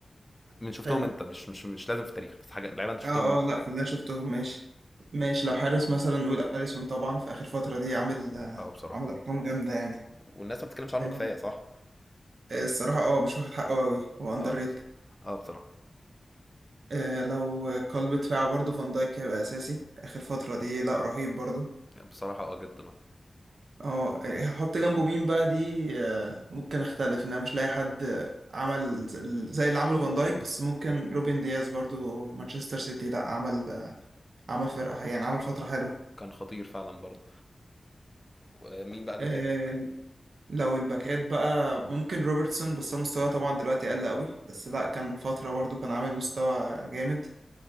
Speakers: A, on the left (about 15°); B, on the right (about 75°).
A: من شفتهم
B: حلو
A: انت مش مش مش لازم في التاريخ بس حاجه لعيبه انت شفتهم
B: اه
A: انت
B: اه لا في اللي انا شفتهم ماشي ماشي لو حارس مثلا نقول اليسون طبعا في اخر فتره دي عامل آه،
A: اه بصراحه
B: عامل ارقام جامده يعني
A: والناس ما بتتكلمش عنه
B: آه،
A: كفايه صح
B: الصراحه اه مش واخد حقه قوي هو اندر
A: اه
B: ريت
A: اه بصراحه
B: آه لو قلب دفاع برضه فان دايك هيبقى اساسي اخر فتره دي لا رهيب برضه
A: بصراحة اه جدا آه.
B: اه هحط جنبه مين بقى دي آه، ممكن اختلف ان انا مش لاقي حد آه، عمل ز- زي اللي عمله فان دايك بس ممكن روبن دياز برضو مانشستر سيتي لا عمل آه، عمل فرقة يعني عمل فترة حلوة
A: كان خطير فعلا برضه آه، مين بقى الباكات
B: آه، لو الباكات بقى ممكن روبرتسون بس هو مستواه طبعا دلوقتي قل قوي بس لا كان فترة برضو كان عامل مستوى جامد